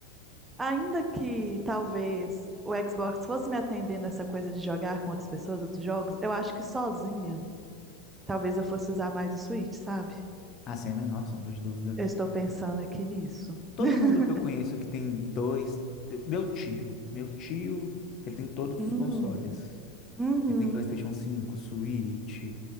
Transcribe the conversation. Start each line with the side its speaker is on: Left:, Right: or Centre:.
Right: Ainda que talvez o Xbox fosse me atender nessa coisa de jogar com outras pessoas, outros jogos, eu acho que sozinha, talvez eu fosse usar mais o Switch, sabe?
Left: Ah, sem a menor sombra de dúvida.
Right: Eu estou pensando aqui nisso.
Left: Todo
Right: <laughs>
Left: mundo que eu conheço que tem dois. Meu tio. Meu tio, ele tem todos
Right: Hum,
Left: os consoles.
Right: uhum.
Left: Ele tem PlayStation 5, Switch,